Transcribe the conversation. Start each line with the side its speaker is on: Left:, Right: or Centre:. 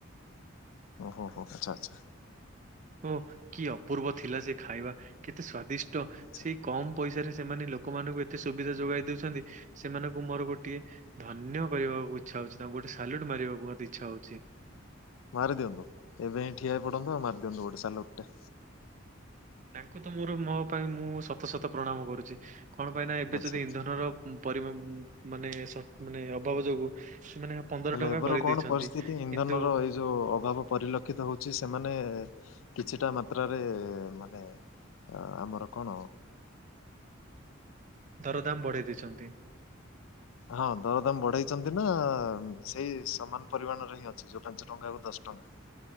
Left: ଓ ହୋ ହୋ ଆଚ୍ଛା ଆଚ୍ଛା
Right: ଓ କି ଅପୂର୍ବ ଥିଲା ସେ ଖାଇବା କେତେ ସ୍ଵାଦିଷ୍ଟ
Left: ଆଚ୍ଛା
Right: ସେ କମ ପଇସାରେ ସେମାନେ ଲୋକମାନଙ୍କୁ ଏତେ ସୁବିଧା ଯୋଗାଇ ଦେଉଛନ୍ତି। ସେମାନଙ୍କୁ ମୋର ଗୋଟିଏ ଧନ୍ୟ କହିଁବାକୁ ଇଚ୍ଛା ହଉଛି ତାଙ୍କୁ ଗୋଟେ ସାଲ୍ୟୁଟ ମାରିବାକୁ ମୋତେ ଇଚ୍ଛା ହଉଛି।
Left: ମାରିଦିଅନ୍ତୁ ଏବେ ହି ଠିଆ ହେଇ ପଡନ୍ତୁ ଆଉ ମାରି ଦିଅନ୍ତୁ ଗୋଟେ ସାଲ୍ୟୁଟଟେ
Right: ତାଙ୍କୁ ତ ମୋର ମୋ ପାଇଁ ମୁଁ ସତ ସତ ପ୍ରଣାମ କରୁଛି କଣ ପାଇଁ ନା ଏବେ
Left: ଆଚ୍ଛା।
Right: ଯଦି ଇନ୍ଧନର ପରିମା ମାନେ ଶ୍ ମାନେ ଅଭାବ ଯୋଗୁ ସେମାନେ ପନ୍ଦର
Left: ହେଲେ
Right: ଟଙ୍କା
Left: ଏବର
Right: କରିଦେଇଛନ୍ତି
Left: କଣ ପରିସ୍ଥିତି ଇନ୍ଧନର
Right: କିନ୍ତୁ
Left: ଏଇ ଯୋଉ ଅଭାବ ପରିଲକ୍ଷିତ ହଉଛି ସେମାନେ କିଛିଟା ମାତ୍ରାରେ ମାନେ ଅ ଆମର କଣ
Right: <inaudible> ଦରଦାମ ବଢ଼େଇ ଦେଇଛନ୍ତି
Left: ହଁ ଦରଦାମ ବଢେଇଛନ୍ତି ନା ସେଇ ସମାନ ପରିମାଣରେ ହିଁ ଅଛି ଯୋଉ ପାଞ୍ଚ ଟଙ୍କା ଆଉ ଦଶ ଟଙ୍କା